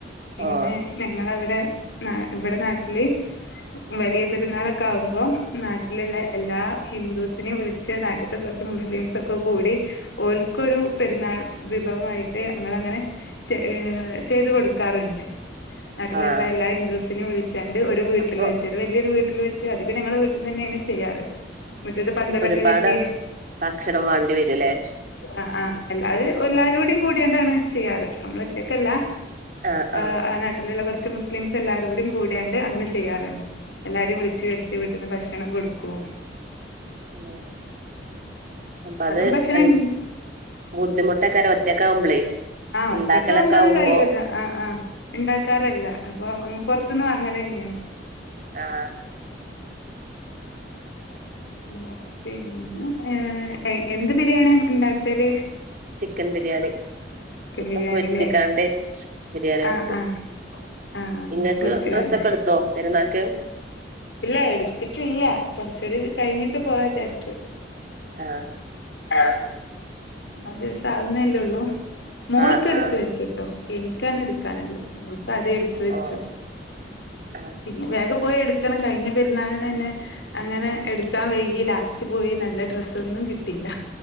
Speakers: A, on the left; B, on the right.
A: പിന്നെ
B: ഓ
A: ഞങ്ങളവിടെ ന ഇവിടെ നാട്ടില് വലിയ പെരുന്നാളൊക്കെ ആകുമ്പോ നാട്ടിലുള്ള എല്ലാ ഹിന്ദൂസിനെയും വിളിച്ച് നാട്ടത്തെ കുറച്ച് മുസ്ലിംസൊക്കെ കൂടി ഓൽക്കൊരു പെരുന്നാൾ വിഭവമായിട്ട് ങ്ങൾ അങ്ങനെ ഏ ചെയ്ത് കൊടുക്കാറുണ്ട് നാട്ടിലുള്ള
B: ആഹ്
A: എല്ലാ ഹിന്ദുസിനും വിളിച്ചാണ്ട് ഒരു വീട്ടിൽ
B: അപ്പൊ
A: വെച്ച് ഒരു വല്യയൊരു വീട്ടിൽ വെച്ച പക്ഷെ അധികം ഞങ്ങളെ വീട്ടന്നെയാണ് ചെയ്യാറ് മുറ്റത്ത് പന്തലൊക്കെ
B: ഇപ്പൊ ഒരുപാട്
A: കിട്ടി
B: ഭക്ഷണം വേണ്ടി വരൂല്ലേ
A: ആ ആഹ അല്ലാത എല്ലാരോടയും കൂടിയണ്ടാണ് ചെയ്യാറ് നമ്മള എറ്റയക്കല്ല
B: ആഹ്
A: ആ്
B: ആഹ്
A: ആ നാട്ടിലുള്ള കുറച്ച് ച്ച് മുസ്ലിംസ് എല്ലാരുംകൂടി കൂടിയാണ്ട് അങ്ങനെ ചെയ്യാറാണ് എല്ലാരും വിളിച്ചുവരുത്തി വീട്ടന്ന് ഭക്ഷണം കൊടുക്കും
B: ഉ അപ്പ അത്
A: അതും ഭക്ഷണം
B: എ ബുദ്ധിമുട്ട് ഒറ്റക്കാര ഒറ്റക്കാവുമ്പളേ
A: ആഹ ഒറ്റക്കാവുമ്പോ
B: ഇണ്ടാക്കലൊക്കെ
A: അത്
B: ആവുമ്പോ
A: കഴൂല്ല ആഹ് ആഹ് ഉണ്ടാക്കാറല്ല അപ്പൊ അങ്ങ് പൊറത്തുന്ന് വാങ്ങലന്നെയാണ്
B: ആഹ്
A: ങ്ങ പിന്നെ ഏ എന്ത് ബിരിയാണി ണ്ടാക്കല്
B: ചിക്കൻ ബിരിയാണി ചിക്കൻ
A: ബിരിയാണില്ലേ
B: പൊരിച്ച്ക്കാണ്ട് ബിരിയാണി
A: ആ
B: വെക്കും
A: ആ ആ
B: നിങ്ങൾക്ക്
A: പൊരിച്ച്കാണ്ട്
B: ഡ്രെസ്സ് ഒക്കെ എടുത്തോ പെരുന്നാ ക്ക്
A: ഇല്ല എടുത്തിട്ടില്ല കുറച്ചുകൂടിയൊക്കെ കഴിഞ്ഞിട്ട് പോവാ വിചാരിച്ചു
B: ആഹ്
A: ആഹ് ആ ദിവസം ആവുന്നല്ലേ ഉള്ളൂ മോൾക്ക്
B: ആഹ്
A: എടുത്ത്
B: ആഹ്
A: വെച്ച്ട്ടോ എനിക്കാണ് എടുക്കാനുള്ളത് പ്പ ആദ്യെ എടുത്തു വെച്ചു
B: ഓ ആഹ്
A: പിന്നെ വേഗം പോയി എട് ക്കണം കഴിഞ്ഞ പെരുന്നാളിനന്നെ അങ്ങനെ എടുക്കാൻ വൈകി ലാസ്റ്റ് പോയി നല്ല ഡ്രസ്സൊന്നും കിട്ടിയില്ല